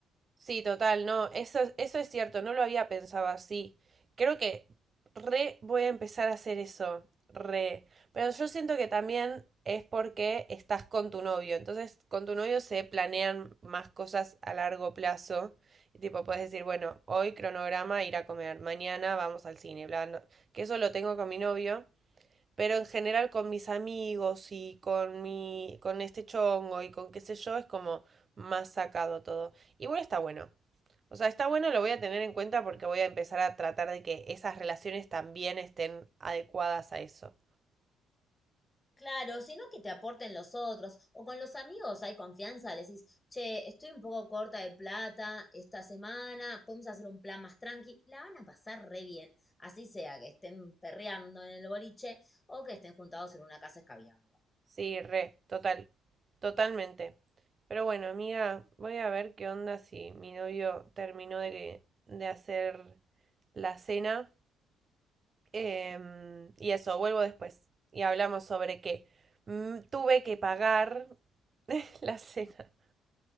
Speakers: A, on the right; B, on the left.
A: Sí, total, no, eso, eso es cierto, no lo había pensado así. Creo que re voy a empezar a hacer eso, re. Pero yo siento que también es porque estás con tu novio, entonces con tu novio se planean más cosas a largo plazo. Y tipo, puedes decir, bueno, hoy cronograma, ir a comer, mañana vamos al cine, bla, no- que eso lo tengo con mi novio, pero en general con mis amigos y con mi, con este chongo y con qué sé yo, es como más sacado todo. Igual está bueno. O sea, está bueno, lo voy a tener en cuenta porque voy a empezar a tratar de que esas relaciones también estén adecuadas a eso.
B: Claro, sino que te aporten los otros, o con los amigos hay confianza, le decís, che, estoy un poco corta de plata esta semana, podemos hacer un plan más tranqui, la van a pasar re bien, así sea que estén perreando en el boliche o que estén juntados en una casa escabeando.
A: Sí, re, total, totalmente. Pero bueno, amiga, voy a ver qué onda si mi novio terminó de, de hacer la cena. Em, y eso, vuelvo después. Y hablamos sobre que mm, tuve que pagar <laughs> la cena.